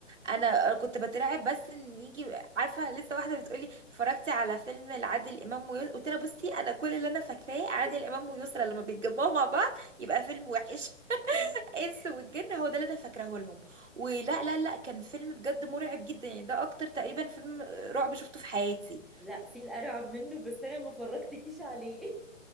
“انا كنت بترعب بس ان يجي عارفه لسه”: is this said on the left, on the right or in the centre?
Right